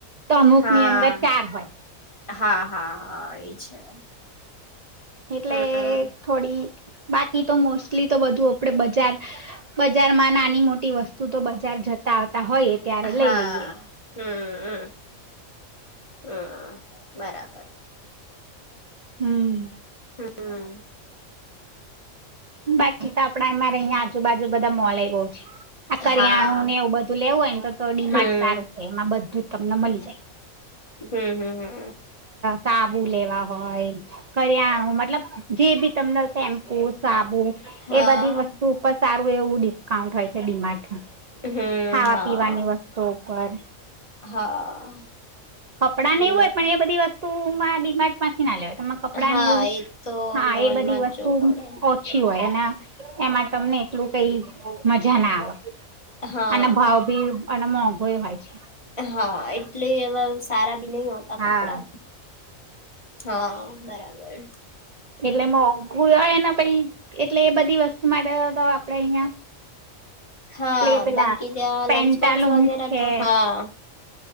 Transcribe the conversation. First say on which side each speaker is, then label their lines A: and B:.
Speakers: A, on the right; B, on the left.
A: તો અમુક
B: હા
A: ની અંદર ચાર હોય.
B: હા હા હા એ છે.
A: એટલે
B: હમ
A: થોડી બાકી તો મોસ્ એટલી તો બધું આપડે બજાર બજાર માં નાની મોટી વસ્તુ તો બજાર જતા હોયએ ત્યારે
B: હા
A: લઈ લઈએ.
B: હમ હમ બરાબર.
A: હમ.
B: હમ
A: બાકી તો આપડા એમાંરે રહીયાં આજુ બાજુ બધા મોલ આવ ગ આ
B: હા.
A: કરિયાણું ને એવું બધું લેવું હોય ને તો ડીમાર્ડ
B: હમ
A: સારું છે એમાં બધું જ તમને મળી જાય.
B: હમ હમ હમ.
A: સાબુ લેવા હોય કરિયાણું મતલબ જે બી. તમને શેમ્પુ સાબુ
B: હા.
A: એ બધી વસ્તુ ઉપર સારું એવું ડિસ્કાઉન્ટ હોય છે ડીમાડ
B: હમ
A: ખાવા
B: હા.
A: પીવાની વસ્તુ ઉપર.
B: હા.
A: કપડાં
B: ડીમાર્ટ
A: એવું હોય પણ એ બધી વસ્તુમાં ડિમાર્ટ માંથી ના લેવાય તમા કપડા
B: હા
A: ને એવું
B: એ તો
A: હા
B: મોલમાં
A: એ બધી વસ્તુ
B: જ જવું પડે.
A: ઓછી હોય. એમાં તમને એટલું કઈ મજા ના આવે.
B: હા
A: અને ભાવ ભી અને મોંઘોય હોય છે.
B: હા એટલે એવા સારા નહ હોતા
A: હા
B: કપડા હા બરાબર.
A: એટલે મોંઘું હોયને પ એટલે એ બધી વસ્તુ માટે આપડે અહિયાં
B: હા
A: પ્લે પેલા
B: બાકી ત્યાં
A: પેન્ટાલૂન
B: લંચબોક્સ વગેરે
A: છે
B: તો હા.